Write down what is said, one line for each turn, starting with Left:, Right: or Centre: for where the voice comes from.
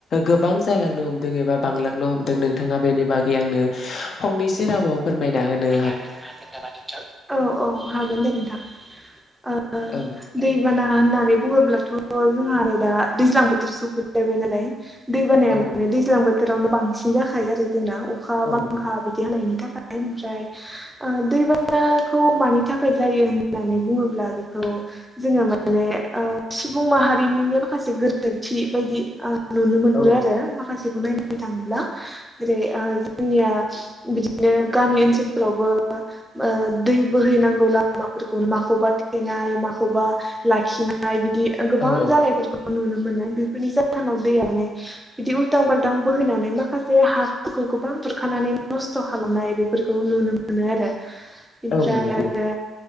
Left: गोबां जालांनो हमदों एबा बां हमदों नोंथाङा बेनि बागै आंनो फंनैसो रावाव फोरमायना होनो
Centre: फोरमायना होनो हागोन नामा नोंथां? औ औ हागोन दे नोंथां । ओ
Left: औ
Centre: दैबाना होननानै बुङोब्लाथ' जोंहा नै दा दैज्लां बोथोर सफै लाबाय नालाय दै बानाया
Left: औ
Centre: माने
Left: औ
Centre: दैज्लां बो बोथोरावनो बांसिन जाखायो आरो जोंना अखा
Left: औ
Centre: बांखा
Left: नंगौ
Centre: बिदि हनायनि थाखाय ओमफ्राय ओ दैबानाखौ मानि थाखाय जायो होननानै बुङोब्ला बेखौ जोङो माने ओ सुबुं माहारिनिनो माखासे गोरोन्थि बायदि ओ नुनो मोनहरो
Left: औ औ
Centre: आरो माखासे खौ नायनो थाङोब्ला जेरै ओ जोंनिया बिदिनो गामि ओनसोलफोरावबो ओ दै बोहैनांगौ लामाफोरखौ माखौबा थेनाय माखौबा लाखि नाय बिदि गोबां
Left: औ औ
Centre: जानायफोरखौ नुनो मोनो बेफोरनि जाहोनाव दैआनो बिदि उल्थां बालथां बोहैनानै माखासे हाफोरखौ गोबां बुरखानानै नस्थ' खालामनाय बेफोरखौ नुनो मोनो आरो । ओमफ्राय
Left: औ नंगौ
Centre: आरो